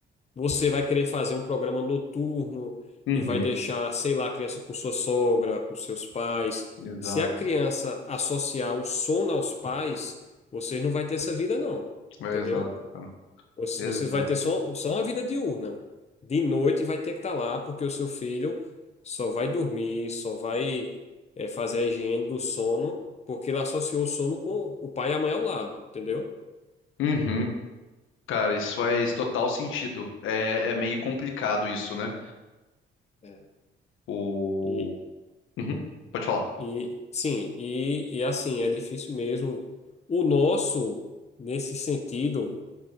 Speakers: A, on the left (about 35°); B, on the left (about 85°).
A: Você vai querer fazer um programa noturno
B: Uhum.
A: e vai deixar, sei lá, a criança com sua sogra, com seus pais.
B: Exato.
A: Se a criança associar o sono aos pais, vocês não vai ter essa vida, não.
B: É
A: Entendeu?
B: exato, cara.
A: Você-
B: Exato.
A: Vocês vai ter só, só uma vida diurna. De noite vai ter que estar lá, porque o seu filho só vai dormir, só vai, eh, fazer a higiene do sono, porque ele associou o sono com o pai e a mãe ao lado, entendeu?
B: Uhum. Cara, isso faz total sentido. É, é meio complicado isso, né?
A: É.
B: O...
A: E
B: Uhum. Pode falar.
A: E sim, e, e assim, é difícil mesmo. O nosso, nesse sentido,